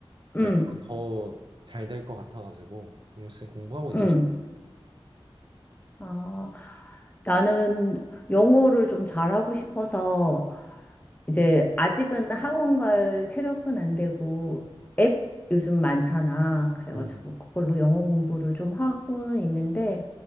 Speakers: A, on the right (about 50°); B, on the left (about 15°).
A: 될
B: 응,
A: 거, 더 잘 될 것 같아가지고 좀 지금 공부하고 있는
B: 응. 아, 나는 영어를 좀 잘하고 싶어서 이제 아직은 학원 갈 체력은 안 되고 앱 요즘 많잖아. 그래가지고
A: 음,
B: 그걸로 영어 공부를 좀 하고는 있는데